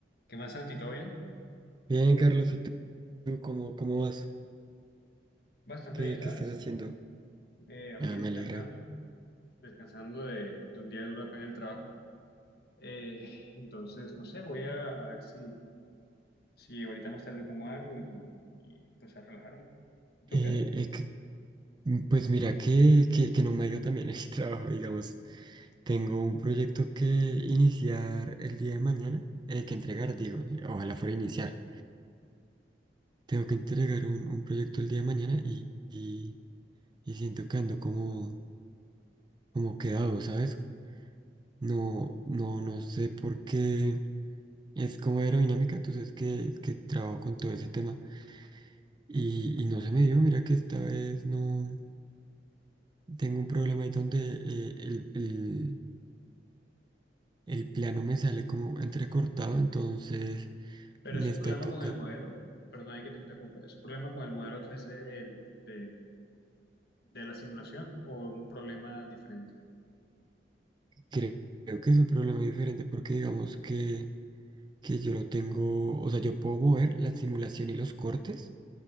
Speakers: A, on the left (about 60°); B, on the right (about 25°).
A: ¿Qué más, Santi? ¿Todo bien?
B: Bien, Carlos, ¿y tú cómo, cómo vas?
A: Bastante
B: ¿Qué,
A: bien, ¿sabes?
B: qué estás haciendo?
A: Eh,
B: Ah,
A: hoy descansando,
B: me alegra.
A: descansando de, de un día duro acá en el trabajo. Eh, entonces, no sé, voy a, a ver si, si ahorita más tarde como algo y, y, pues a relajarme. ¿Y ¿Tú
B: Eh,
A: qué?
B: eh, que- mm, pues mira, que, que, que no me ha ido también el <laughs> trabajo, digamos. Tengo un proyecto que iniciar el día de mañana, eh, que entregar, digo, ojalá fuera iniciar. Tengo que entregar un, un proyecto el día de mañana y, y, y siento que ando como, como quedado, ¿sabes? No, no, no sé por qué. Es como aerodinámica, tú sabes que, que trabajo con todo ese tema. Y, y no se me dio, mira que esta vez no tengo un problema ahí donde eh, el, el, el plano me sale como entrecortado, entonces
A: Pero
B: me
A: es un
B: está
A: problema
B: tocando.
A: con el modelo, perdón, hay que te interrumpa, ¿es un problema con el modelo tres d del- de, de la simulación o un problema diferente?
B: Creo, creo que es un problema diferente porque digamos que, que yo lo tengo, o sea, yo puedo mover la simulación y los cortes,